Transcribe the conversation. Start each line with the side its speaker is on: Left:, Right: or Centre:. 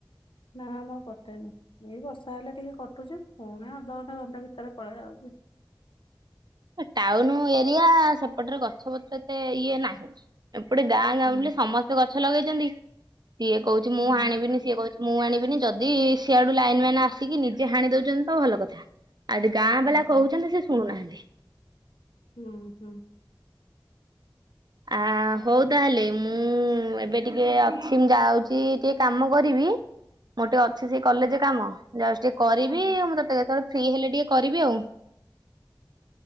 Left: ନା ଆମର କଟେନି ଏଇ ବର୍ଷ। ତାହେଲେ ଟିକେ କଟୁଚ ପୁଣି ଅଧଘଣ୍ଟା ଘଣ୍ଟା ଭିତରେ ପଳେଇ ଆଉଛି।
Right: ଟାଉନ ଏରିଆ ସେପଟରେ ଗଛପତ୍ର ଏତେ ଇଏ ନାହିଁ। ଏପଟେ ଗାଁ ଜ୍ଞାଉଁଲି
Left: ହୁଁ
Right: ସମସ୍ତେ ଗଛ ଲଗେଇଛନ୍ତି ସିଏ କହୁଛି ମୁଁ
Left: ହୁଁ
Right: ହାଣିବିନି ସିଏ କହୁଛି ମୁଁ ଆଣିବିନି ଯଦି ସିଆଡୁ ଲାଇନ ମ୍ୟାନ ଆସିକି ନିଜେ ହାଣି ଦଉଛନ୍ତି ତ ଭଲ କଥା। ଆଉଦି ଗାଁ
Left: ହୁଁ
Right: ବାଲା କହୁଛନ୍ତି ସେ ଶୁଣୁନାହାନ୍ତି।
Left: ହୁଁ ହୁଁ।
Right: ଆ ହଉ ତାହାଲେ ମୁଁ ମୁଁ ଏବେ ଟିକେ ଅଛି ମୁଁ ଯାଉଛି ଟିକେ କାମ କରିବି। ମୋର ଟିକେ ଅଛି ସେଇ କଲେଜ କାମ ଯାଉଚି ଟିକେ କରିବି
Left: ହଁ।
Right: ମୁଁ ତତେ କେତେବେଳେ। ଫ୍ରୀ ହେଲେ ଟିକେ କରିବି ଆଉ।